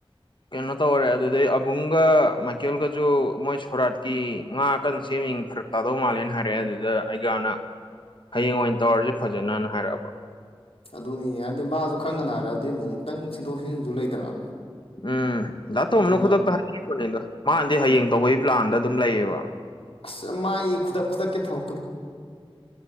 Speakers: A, on the left; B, on the left.
A: ꯀꯩꯅꯣ ꯇꯧꯔꯦ ꯑꯗꯨꯗꯩ ꯑꯕꯨꯡꯒ ꯃꯥꯏꯀꯦꯜꯒꯖ ꯃꯣꯏ ꯁꯣꯔꯥꯠꯀꯤ ꯉꯥ ꯀꯟꯅ ꯁꯦꯝꯃꯤ ꯐꯔꯛ ꯇꯥꯗꯧ ꯃꯥꯜꯂꯦꯅ ꯍꯥꯏꯔꯛꯑꯦ ꯑꯗꯨꯗ ꯑꯩꯒꯅ ꯍꯌꯦꯡ ꯑꯣꯏꯅ ꯇꯧꯔꯁꯦ ꯐꯖꯅꯅ ꯍꯥꯏꯔꯛꯑꯕ
B: ꯑꯗꯨꯅꯤ ꯍꯥꯏꯗꯤ ꯃꯥꯁꯨ ꯈꯪꯒꯅ ꯍꯥꯏꯔꯛꯑꯗꯤ ꯑꯃꯨꯛ ꯈꯤꯇꯪ ꯁꯤꯟꯗꯣꯛ ꯁꯤꯖꯤꯟꯁꯨ ꯂꯩꯗꯅ
A: ꯎꯝ ꯗꯥ ꯇꯣꯝꯕꯅ
B: ꯑꯗꯨꯁꯨ
A: ꯈꯨꯗꯛꯇ ꯍꯥꯏꯕꯅꯤꯗ ꯃꯥꯅꯗꯤ ꯍꯌꯦꯡ ꯇꯧꯕꯒꯤ ꯄ꯭ꯂꯥꯟꯗ ꯑꯗꯨꯝ ꯂꯩꯌꯦꯕ
B: ꯑꯁ ꯃꯥꯥꯏ ꯈꯨꯗꯛ ꯈꯨꯗꯛꯀꯤ ꯊꯕꯛꯇꯨ